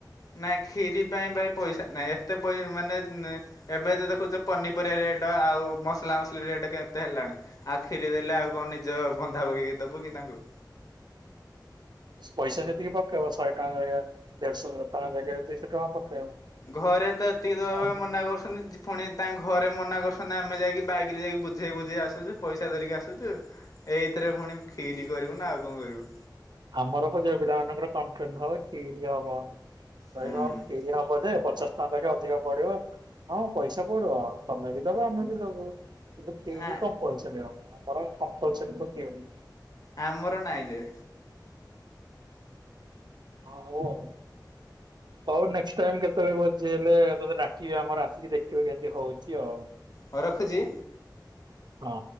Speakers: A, on the left (about 50°); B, on the right (about 70°).
A: ନାଇଁ କ୍ଷୀରି ପାଇଁ ଭାଇ ପଇସା ନାଇଁ ଏତେ ପଇସା ମାନେ ଏବେ ତ ଦେଖୁଛ ପନିପରିବା ରେଟ ଆଉ ମସଲା ମସଲି ରେଟ୍ କେତେ ହେଲାଣି। ଆଉ କ୍ଷୀରି ଦେଲେ ଆଉ କଣ ନିଜ ବନ୍ଧା ପକେଇକି ଦବୁ କି ତାଙ୍କୁ?
B: ପଇସା ସେତିକି ପକେଇବ ଶହେ ଟଙ୍କା ଭଳିଆ ଦେଢଶହ ଟଙ୍କା ଜାଗାରେ ଦୁଇଶହ ଟଙ୍କା ପକେଇବ।
A: ଘରେ ତ ଏତିକି ଦବା
B: ଆମ
A: ପାଇଁ ମନା କରୁଛନ୍ତି ପୁଣି ତାଙ୍କ ଘରେ ମନା କରୁଛନ୍ତି ଆମେ ଯାଇକି ବାଇକ୍ ରେ ଯାଇକି ବୁଝେଇ ବୁଝେଇ ଆସୁଛୁ ପଇସା ଧରିକି ଆସୁଛୁ। ଏଇଥିରେ ପୁଣି କ୍ଷୀରି କରିବୁ ନା ଆଉ କଣ କରିବୁ।
B: ଆମର ପା ଝିଅ ପିଲାମାନଙ୍କର କମ୍ପ୍ଲେନ୍ ଖିରି ହବ। ଭାଇ
A: ହୁଁ।
B: ହଁ କ୍ଷୀରି ହବ ଯେ ପଚାଶ ତା ପାଖେ ଅଧିକ ପଡିବ ହଁ ପଇସା ପଡିବ ତମେ ବି ଦବ ଆମେ ବି ଦବୁ। କିନ୍ତୁ କ୍ଷୀରି
A: ଆ
B: କମ୍ପଲସରି ହବ, ଆମର କମ୍ପଲସରି ତ କ୍ଷୀରି।
A: ଆମର ନାଇଁରେ।
B: ହଉ ଆଉ ହଉ ନେ ଟାଇମ୍ କେତେବେଳେ ଭୋଜି ହେଲେ ତୋତେ ଡାକିବି ଆମର ଆସିକି ଦେଖିବୁ କେମିତି ହଉଛି ଆଉ।
A: ହଁ ରଖୁଛି।
B: ହଁ।